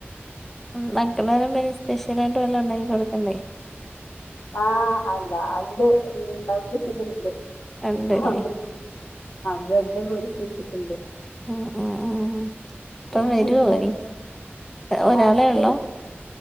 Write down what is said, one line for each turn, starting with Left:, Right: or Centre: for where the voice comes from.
Centre: മക്കൾവരുമ്പോ സ്പെഷ്യലായിട്ട് വല്ലൊ ഉണ്ടാക്കി കൊടുക്കെണ്ടേ.
Left: ആഹ് അല്ല ഇണ്ട് ഉണ്ടാക്കി വെച്ചത് ഇണ്ട്.
Centre: ഉണ്ടല്ലേ
Left: ആഹ് ബ്രെഡ് പൊരിച്ച് വെച്ചിട്ടുണ്ട്.
Centre: ഉം ഉം ഉം ഇപ്പം
Left: ആഹ്
Centre: വരോ ഇനി ഒരാളെ
Left: അപ്പൊ
Centre: ഉള്ളോ?
Left: വരും